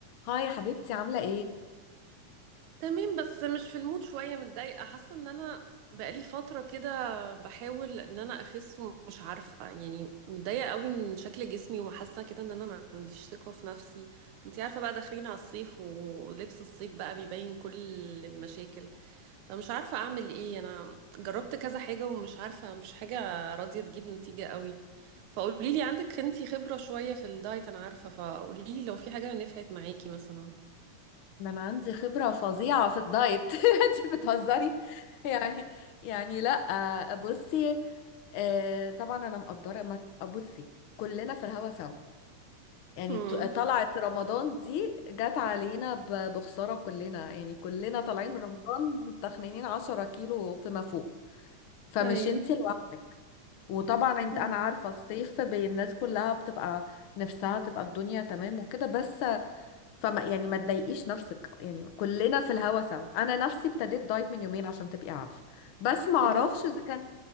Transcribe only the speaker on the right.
تمام بس مش في المود شوية متضايقة حاسة ان انا بقالي فترة كده بحاول ان انا اخس ومش عارفة يعني متضايقة قوي من شكل جسمي وحاسة كده ان انا ما عنديش ثقة في نفسي انتي عارفة بقى داخلين على الصيف ولبس الصيف بقى بيبين كل المشاكل فمش عارفة اعمل ايه انا جربت كذا حاجة ومش عارفة مش حاجة راضية تجيب نتيجة قوي فقوليلي عندك انتي خبرة شوية في الدايت انا عارفة فقوليلي لو في حاجة نفعت معاكي مثلا
مم.
ايوه
أمم.
بجد